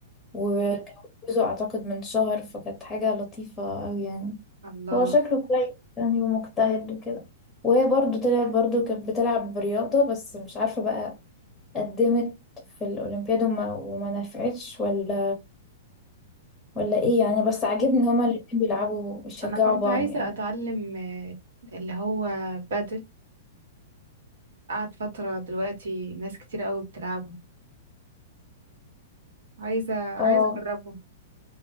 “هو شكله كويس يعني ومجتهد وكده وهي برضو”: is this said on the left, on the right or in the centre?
Centre